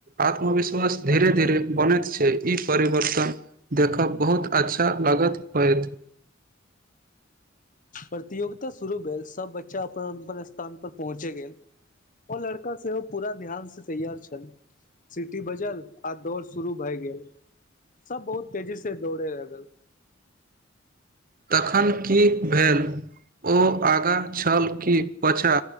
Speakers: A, on the right; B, on the left.
A: आत्मविश्वास धीरे धीरे बनैत छै ई परिवर्तन देखब बहुत अच्छा लागत होएत
B: प्रतियोगिता शुरू भेल सब बच्चा अपन अपन स्थान पर पहुँचे गेल ओ लड़का सेहो पूरा ध्यान से तैयार छल सिटी बजल आ दौड़ शुरू भए गेल सब बहुत तेजी दौड़े लागल
A: तखन की भेल ओ आगाँ छल कि पचा